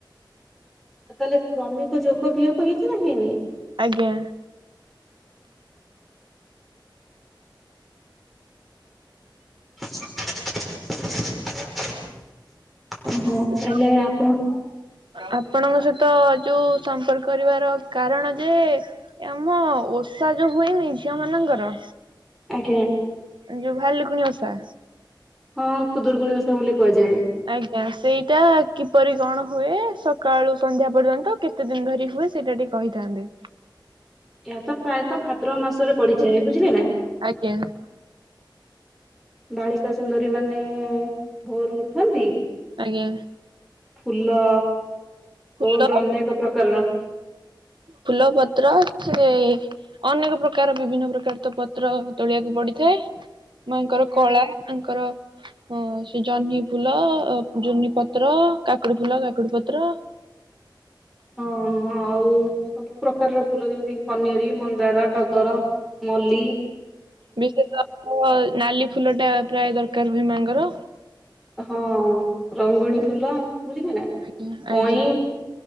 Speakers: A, in the centre; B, on the right.
A: ତାହେଲେ କ୍ରମିକ ଯୋଗ ବିୟୋଗ ହେଇଛି ନା ହେଇନି।
B: ଆଜ୍ଞା।
A: <unintelligible> ହୋ ତାହେଲେ
B: ଯୋଉ
A: ଆପଣ।
B: ଆପଣଙ୍କ ସହିତ ଯୋଉ ସମ୍ପର୍କ କରିବାର କାରଣ ଯେ ଆମ- ସେଟା ଜ ହୁଏନି ଝିଅ ମାନଙ୍କର।
A: ଆଜ୍ଞା।
B: ଯୋହାର ଲୁକୁ ଓସା।
A: ହଁ ଖୁଦୁରକୁୁଣିିଓଷା ବୋଲି କୁହାଯାଏ।
B: ଆଜ୍ଞା ସେଇଟା କିପରି କଣ ହୁଏ ସକାଳୁ ସନ୍ଧ୍ୟା ପର୍ଯ୍ୟନ୍ତ କେତେ ଦିନ ଧରି ହୁଏ? ସେଇଟା ଟିକେ କହିଥାନ୍ତି।
A: ଏହାତ ପ୍ରାୟତଃ ଭାଦ୍ର ମାସରେ ପଡିଥାଏ ବୁଝିଲେ ନା।
B: ଆଜ୍ଞା।
A: ବାଳିକା ସୁନ୍ଦରୀ ମାନେ। ଭୋରୁ ଉଠନ୍ତି।
B: ଆଜ୍ଞା
A: ଫୁଲ।
B: ଫୁଲ
A: ତୋଳନ୍ତି ଅନେକ ପ୍ରକାରର।
B: ଫୁଲ ପତ୍ର ସେ ଅନେକ ପ୍ରକାର ବିଭିନ୍ନ ପ୍ରକାର ତ ପତ୍ର ତୋଳିବାକୁ ପଡିଥାଏ। ଯେ ମାଙ୍କର
A: ଯେମିତି
B: କଳା ତାଙ୍କର। ହଁ ସେ ଜହ୍ନି ଫୁଲ ଜହ୍ନି ପତ୍ର କାକୁଡି ଫୁଲ କାକୁଡି ପତ୍ର।
A: ହଁ ଆଉ ସବୁ ପ୍ରକାରର ଫୁଲ ଯେମିତି କି ପନିରୀ ମନ୍ଦାର ଟଗର ମଲ୍ଲୀ।
B: ବିଶେଷତଃ ନାଲି ଫୁଲ ଟା ପ୍ରାୟ ଦରକାର ହୁଏ ମାଙ୍କର।
A: ହଁ ରଙ୍ଗଣୀ ଫୁଲ ବୁଝିଲେ ନା
B: ଆଜ୍ଞା
A: କଇଁ
B: ଆଜ୍ଞା